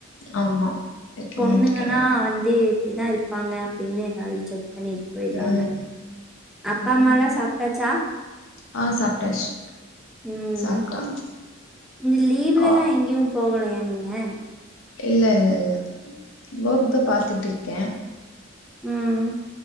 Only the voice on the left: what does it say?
ஆமா வெக்க
மாட்டிக்கிறாங்க
ம்
ஆமா
ஆ சாப்ட்டாச்சு
சாப்ட்டாங்க
கா
இல்ல இல்ல இல்ல ஓக்தா பாத்துட்ருக்கே